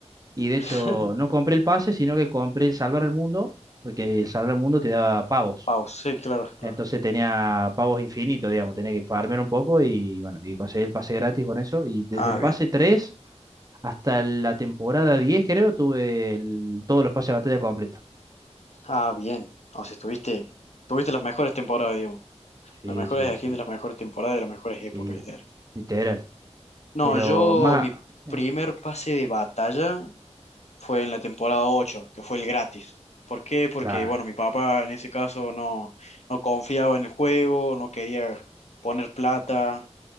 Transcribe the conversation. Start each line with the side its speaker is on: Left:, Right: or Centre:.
Right: Y
Left: <laughs>
Right: de hecho, no compré el pase, sino que compré el Salvar al Mundo, porque el Salvar al Mundo te daba pavos.
Left: Pau, sí, claro, claro.
Right: Entonces tenía pavos infinitos, digamos, tenía que farmear un poco y bueno, y conseguí el pase gratis con eso. Y desde
Left: Ah,
Right: el
Left: bien.
Right: pase 3 hasta la temporada 10 creo, tuve el- todos los pases de batalla completos.
Left: Ah, bien. O sea, estuviste, tuviste las mejores temporadas, digamos.
Right: Sí,
Left: Las mejores
Right: sí,
Left: skins
Right: sí,
Left: de las mejores temporadas de las mejores épocas,
Right: sí,
Left: literal.
Right: literal.
Left: No,
Right: Pero
Left: yo,
Right: más...
Left: mi
Right: eh,
Left: primer pase de batalla fue en la temporada 8 que fue el gratis. ¿Por qué? Porque,
Right: claro,
Left: bueno, mi papá en ese caso no, no confiaba en el juego, no quería poner plata,